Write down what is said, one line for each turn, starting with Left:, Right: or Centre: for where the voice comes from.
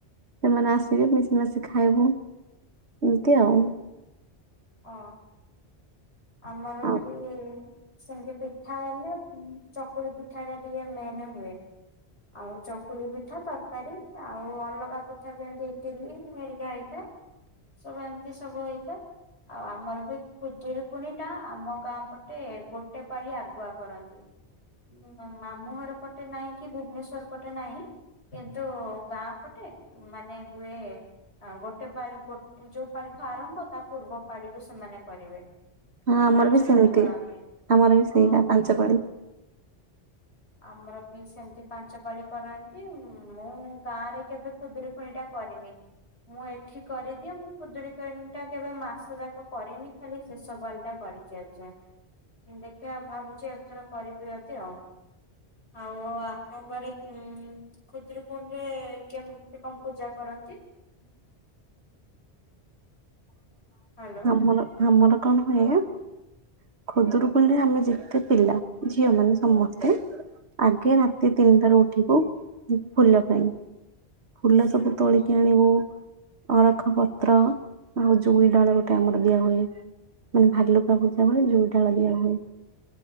Right: ସେମାନେ ଆସିବେ ମିଶି ମାଶି ଖାଇବୁ ଏମିତି ଆଉ।
Left: ଅ ଆମର
Right: ଆଉ
Left: ବି ସେମତି ପିଠା ନୁହେଁ କୁଁ ଚକୁଳି ପିଠାଟା ଟିକେ ମେନ୍ ହୁଏ। ଆଉ ଚକୁଳି ପିଠା ତରକାରୀ ଆଉ ଅଲଗା ପିଠା ବି ଏମତି ଇଟିଲି ହେରିକା ହେଇଥାଏ। ସବୁ ଏମତି ସବୁ ହେଇଥାଏ ଆଉ ଆମର ବି ଖୁଦୁରୁ କୁଣିଟା ଆମ ଗାଁ ପଟେ ଗୋଟେ ପାଳି ଆଗୁଆ କରନ୍ତି। ମୋ ମାମୁଁ ଘର ପଟେ ନାହିଁ କି ଭୁବନେଶ୍ଵର ପଟେ ନାଇଁ। କିନ୍ତୁ ଗାଁ ପଟେ ମାନେ ହୁଏ। ଆ ଗୋଟେ ପାଳି ଗୋ ଯୋଉ ପାଳିଠୁ ଆରମ୍ଭ ତା ପୂର୍ବ ପାଳିରୁ ସେମାନେ କରିବେ।
Right: ହଁ
Left: ଆଉ
Right: ଆମର
Left: ପାଞ୍ଚ
Right: ବି ସେମତି
Left: ପାଳି କରନ୍ତି
Right: ଆମର ବି ସେଇଆ
Left: ଅ
Right: ପାଞ୍ଚ ପାଳି।
Left: ଆମର ବି ସେମତି ପାଞ୍ଚ ପାଳି କରନ୍ତି ମୁଁ ଗାଁରେ କେବେ ଖୁଦୁରୁକୁଣିଟା କରିନି। ମୁଁ ଏଠି କରିଦିଏ ମୁଁ ଖୁଦୁରୁକୁଣିଟା କେବେ ମାସ ଯାକ କରିନି ଖାଲି ଶେଷ ପାଳି ଟା କରିଚି ଏଯାଏଁ। ଉଁ ଦେଖିଆ ଭାବୁଚି ଏଥର କରିବି ଅଦି ଆଉ। ଆଉ ଆ ଙ୍କ ଗରେ କୁଁ ଖୁଦରୁକୁଣିରେ କେମତି କଁ ପୂଜା କରନ୍ତି?
Right: ହୁଁ ବଡ଼
Left: ହ୍ୟାଲୋ
Right: ଆମର ଆମର କଣ ହୁଏ
Left: ହଁ
Right: ଖଦୁୁରୁକୁଣିରେ ଆମେ ଯେତେ ପିଲା ଝିଅମାନେ ସମସ୍ତେ ଆଗେ ରାତି ତିନିଟାରୁ ଉଠିବୁ ଫୁଲ ପାଇଁ। ଫୁଲ ସବୁ ତୋଳିକି ଆଣିବୁ। ଅରଖ ପତ୍ର ଆଉ ଜୁଇ ଡାଳ ଗୋଟେ ଆମର ଦିଆ ହୁଏ ମାନେ ଭାଲୁକା ବୁ ସେବଳେ ଜୁଇ ଡାଳ ଦିଆ ହୁଏ।